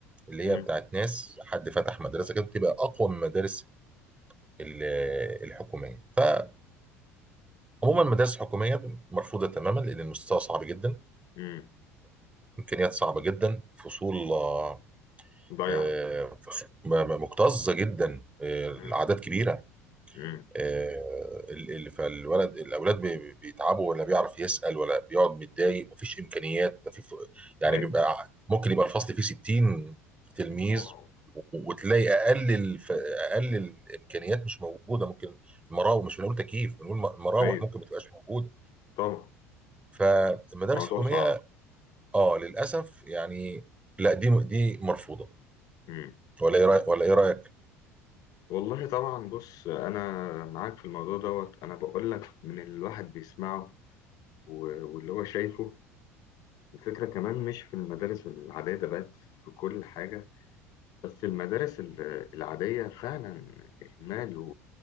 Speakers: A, on the right (about 15°); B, on the left (about 50°).
A: اللي
B: أمم.
A: هي بتاعت ناس حد فتح مدرسه كده بتبقى اقوى من المدارس ال- الحكوميه فعموما المدارس الحكوميه مرفوضه تماما لان المستوى صعب جدا
B: أمم.
A: امكانيات صعبه جدا فصول آه،
B: ضيع
A: آه، فصول م- م- مكتظه جدا آه، الاعداد
B: أمم.
A: كبيره
B: أمم.
A: آه، ال- ال- فالولد الاولاد بي- بي- بيتعبوا ولا بيعرف يسال ولا بيقعد متضايق مفيش امكانيات ده في ف- يعني
B: أيوه
A: بيبقى ممكن يبقى الفصل فيه 60 تلميذ
B: واو.
A: و- وتلاقي اقل الف... اقل الامكانيات مش موجوده ممكن المراوح مش بنقول تكييف بنقول م- مراوح
B: أيوه
A: ممكن ما تبقاش موجوده
B: طبعا
A: فالمدارس
B: موضوع
A: الحكوميه
B: صعب
A: اه للاسف يعني لا دي دي مرفوضه
B: أمم.
A: ولا ايه رايك ولا ايه رايك؟
B: والله طبعا بص انا معاك في الموضوع دوت انا بقول لك من اللي الواحد بيسمعه و- واللي هو شايفه الفكره كمان مش في المدارس العاديه ده بقت في كل حاجه بس المدارس ال- العاديه فعلا اهمال و...